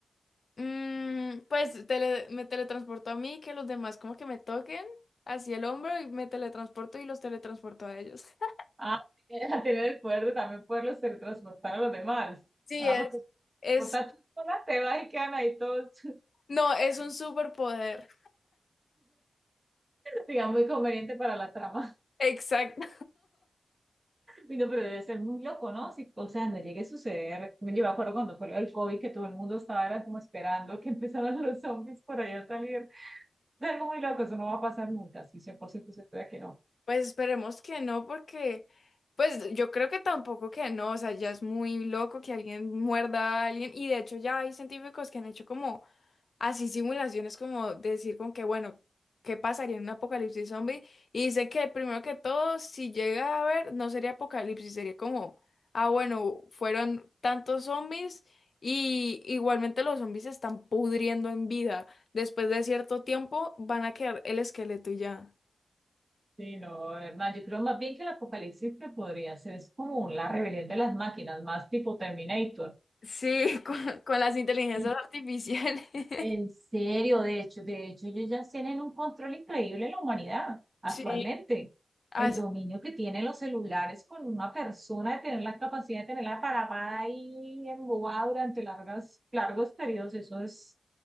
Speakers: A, on the left; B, on the right.
A: Mm, pues tele- me teletransporto a mí, que los demás como que me toquen hacia el hombro y me teletransporto y los teletransporto a ellos. <laughs>
B: Ah, <laughs> a tener el poder de también poderlos teletransportar a los demás.
A: Sí,
B: Ah,
A: es.
B: porque si
A: Es,
B: transportas tú sola, te vas y quedan ahí todos, <laughs>
A: no, es un superpoder.
B: digamos, muy conveniente para la trama. <laughs>
A: Exacto.
B: Y no, pero debe ser muy loco, ¿no? Si, o sea, no llegue a suceder. Yo me acuerdo cuando fue el COVID que todo el mundo estaba era como esperando que <laughs> empezaran los zombies por allá a salir. Es algo muy loco, eso no va a pasar nunca, sí, cien por ciento se puede que no.
A: Pues esperemos que no, porque pues yo creo que tampoco que no, o sea, ya es muy loco que alguien muerda a alguien y de hecho ya hay científicos que han hecho como así simulaciones como decir con que bueno, ¿qué pasaría en un apocalipsis zombie? Y dice que primero que todo, si llega a haber, no sería apocalipsis, sería como, ah, bueno, fueron tantos zombies y igualmente los zombies se están pudriendo en vida. Después de cierto tiempo van a quedar el esqueleto y ya.
B: Sí, no, Hernán, yo creo más bien que el apocalipsis que podría ser es como la rebelión de las máquinas, más tipo Terminator.
A: Sí, <laughs> con, con las inteligencias
B: En,
A: artificiales. <laughs>
B: en serio, de hecho, de hecho, ellos ya tienen un control increíble en la humanidad actualmente.
A: Sí, así,
B: El dominio que tienen los celulares con una persona de tener la capacidad de tenerla parada ahí embobada durante largas, largos periodos, eso es,